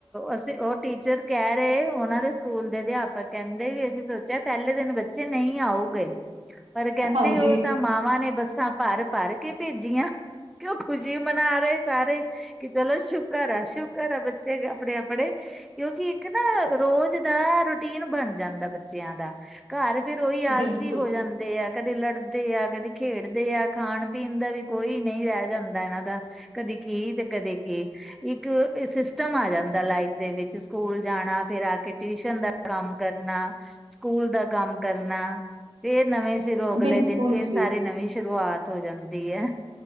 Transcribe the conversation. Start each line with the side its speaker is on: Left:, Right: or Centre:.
Centre: ਅਸੀਂ ਓ ਟੀਚਰ ਕੇ ਰਏ, ਓਨਾਂ ਦੇ ਸਕੂਲ ਦੇ ਅਧੇਆ ਪਕ, ਕੇਂਦੇ ਵੀ ਅਸੀਂ ਸੋਚੇਆ ਪੈਲੇ ਦਿਨ ਬੱਚੇ ਨਈ ਆਊਗੇ, ਪਰ ਕੇਂਦੇ
Right: ਹਾਂਜੀ
Centre: ਓ ਤਾਂ ਮਾਵਾਂ ਨੇ ਬੱਸਾਂ ਭਰ-ਭਰ ਕੇ ਭੇਜੀਆਂ, ਕੇ ਕੁਸ਼ੀ ਮਨਾ ਰੇ ਸਾਰੇ ਕਿ, ਚਲੋ ਸ਼ੁਕਰ ਐ-ਸ਼ੁਕਰ ਐ ਬੱਚੇ ਆਪਣੇ -ਆਪਣੇ ਕਿਉਂਕਿ ਇੱਕ ਨਾ ਰੋਜ ਦਾ ਰੁ ਟੀਨ ਬਣ ਜਾਂਦਾ ਬੱਚੇਆਂ ਦਾ, ਘਰ ਫੇਰ ਓਹੀ ਆਲਸੀ
Right: ਬਿਲਕੁਲ
Centre: ਹੋ ਜਾਂ ਦੇ ਆ, ਕਦੇ ਲੜਦੇ ਆ ਕਦੇ ਖੇਡਦੇ ਆ, ਖਾਨ ਪੀਨ ਦਾ ਵੀ ਕੋਈ ਵੀ ਨਈ ਰੈ ਜਾਂਦਾ ਇਨਾਂ ਦਾ, ਕਦੇ ਕੀ, ਤੇ ਕਦੇ ਕੀ। ਇੱਕ ਸਿਸਟਮ ਆ ਜਾਂਦਾ, ਲਾਈਫ ਦੇ ਵਿੱਚ ਸਕੂਲ ਜਾਣਾ ਫੇਰ ਆ ਕੇ ਟਿਊਸ਼ਨ ਦਾ ਕੰਮ ਕਰਨਾ, ਸਕੂਲ ਦਾ ਕੰਮ ਕਰਨਾ ਫੇਰ ਨਵੇਂ ਸਿਰੋਂ, ਅਗਲੇ
Right: ਬਿਲਕੁਲ
Centre: ਦਿਨ ਫੇਰ
Right: ਜੀ
Centre: ਸਾਰੀ ਨਵੀਂ ਸ਼ੁਰੂਆਤ ਹੋ ਜਾਂਦੀ ਐ।